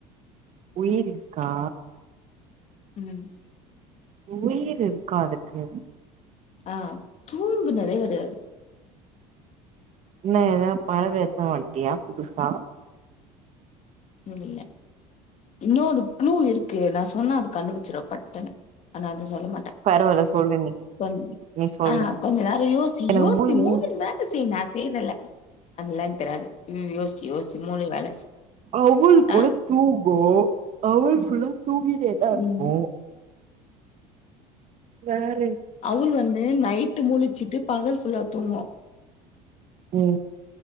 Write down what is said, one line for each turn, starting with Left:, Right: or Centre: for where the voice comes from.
Right: உயிர் இருக்கா?
Left: ம்
Right: உயிர் இருக்கா அதுக்கு?
Left: ஆ தூங்குனதேக்கிடையாது.
Right: என்ன ஏத பறவேத்தமாட்டியா புதுசா
Left: இல்ல இன்னோரு க்ளு இருக்கு நா சொன்ன அது கண்டுபிருச்ருவ பட்டுனு ஆனா அது சொல்ல மாட்டே
Right: பரவால்ல சொல்லு நீ
Left: கொஞ்ச
Right: நீ சொல்லு
Left: ஆ கொஞ்ச நேர யோசி
Right: எனக்கு
Left: யோசி
Right: மூள
Left: மூணு நர செய் ந தேவயில்ல அதுலா எனக்கு தெரியாது ம் யோசி யோசி மூளை வேல செய்
Right: அவள்க்குட
Left: ஆ
Right: தூங்கு அவுள் ஃபுல்லா தூங்கிட்டேதாருக்கு.
Left: ம்
Right: வே
Left: அவ்வுல் வந்து நைட்டு மூழி சிட்டு பகல் ஃபுல்லா தூங்கோ.
Right: ஓ